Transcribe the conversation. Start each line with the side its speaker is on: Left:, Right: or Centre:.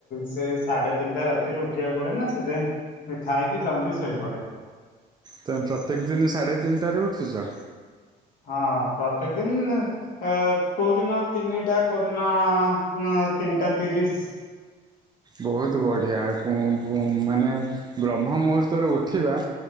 Left: ସେ ସାଢେ ତିନିଟା ରାତିରୁ ଉଠିବାକୁ ପଡେ ନା ସେଥିପାଇଁ। ସେ ଖାଇକି ଜଲ୍ଦି ଶୋଇପଡେ।
Right: ତମେ ପ୍ରତ୍ୟେକ ଦିନି ସାଢ଼େ ତିନିଟାରେ ଉଠୁଛ।
Left: ହଁ ପ୍ରତ୍ୟେକ ଦିନି। ଆ କୋଉଦିନ ତିନିଟା କୋଉଦିନ ଆ ତିନିଟା ତିରିଶ।
Right: ବହୁତ ବଢିଆ ମାନେ ବ୍ରହ୍ମ ମୁହୂର୍ତ୍ତରୁ ଉଠିବା।